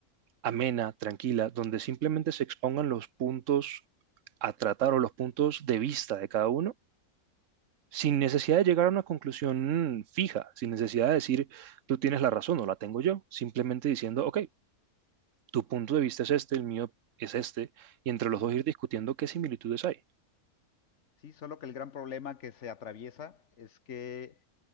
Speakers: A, on the right; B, on the left.
A: amena, tranquila, donde simplemente se expongan los puntos a tratar o los puntos de vista de cada uno sin necesidad de llegar a una conclusión fija, sin necesidad de decir, tú tienes la razón o la tengo yo, simplemente diciendo, ok, tu punto de vista es este, el mío es este, y entre los
B: ujú.
A: dos ir discutiendo qué similitudes hay.
B: Sí, solo que el gran problema que se atraviesa es que